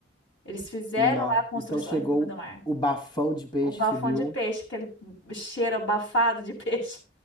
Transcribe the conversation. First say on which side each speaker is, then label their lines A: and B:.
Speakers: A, on the left (about 75°); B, on the left (about 25°).
A: Eles fizeram
B: Não.
A: lá a construção
B: Então chegou
A: em cima do mar.
B: o bafão de peixe,
A: O bafão
B: subiu.
A: de peixe, aquele cheiro abafado de peixe.